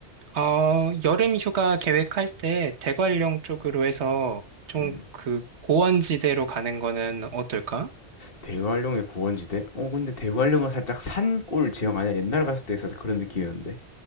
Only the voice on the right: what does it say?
어, 여름 휴가 계획할 때 대관령 쪽으로 해서 좀
그 고원지대로 가는 거는 어떨까?